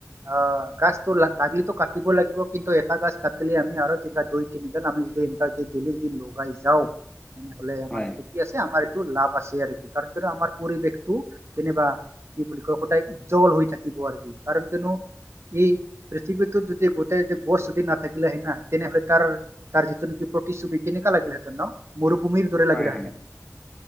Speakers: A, on the right; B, on the left.
A: অ গছতো লাগিলে টো কাটিব লাগিব কিন্তু এটা গাছ কাটিলে আমি আৰু তেতিয়া দুই তিনিডাল আমি যদি এ ভেলি ডেলি যদি লগাই যাওঁ তেনেহ'লে আমাৰ
B: হয়
A: এ কি আছে আমাৰ এইটো লাভ আছে আৰু কাৰণ কিয়নো আমাৰ পৰিৱেশটো যেনিবা কি বুলি কয় সদায় উজ্জ্বল হৈ থাকিব আৰু কি কাৰণ কিয়নো এই পৃথিৱীতো যদি গোটেই গছ যদি নাথাকিলে হয় না তেনেহলে তাৰ তাৰ যিটো নিকি প্ৰতিচ্ছবি কেনেকা লাগিলে হেঁতেন ন মৰুভূমিৰ দৰে
B: হয়
A: লাগিলেহেতেন
B: হয়